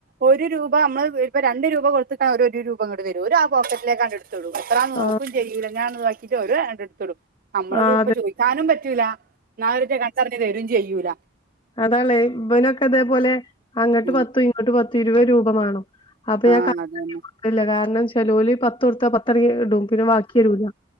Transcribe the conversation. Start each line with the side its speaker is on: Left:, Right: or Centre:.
Right: ഒരു രൂ ഇപ്പ നമ്മള് ഇപ്പൊ രണ്ട് രൂപ കൊടുത്തിട്ട ഒരു ഒരു രൂപ ഇങ്ങട്ട് തരും. ഒര് ആ പോക്കറ്റിലേക്കാണ്ട്ട്ത്ത്ടും. എത്രാന്ന്
Left: ആഹ്
Right: നോക്കുൽ ചെയ്യൂല്ല. ഞാ <unintelligible> ഇട്ത്ത്ടും. നമ്മളിത്
Left: ആഹ്
Right: ഇപ്പൊ
Left: അതെ
Right: ചോദിക്കാനും പറ്റൂല. ഇന്നാലറ്റ കണ്ടറിഞ്ഞ് തരും ചെയ്യൂല.
Left: അതാള്ളേ, ഇവനൊക്കെ ഇതേപോലെ അങ്ങട്ട്
Right: ഉം
Left: പത്തും ഇങ്ങട്ട് പത്തും ഇരുപത് രൂപ മാണം അപ്പൊ ഞാൻ
Right: ആഹ്
Left: കണക്കാക്കി
Right: അതന്നെ
Left: കൊട്ക്കല്‌ല്ല. കാരണം ചെലോല് പത്ത് കൊടുത്ത പത്തിണി ഇടും പിന്നെ ബാക്കിയരൂല.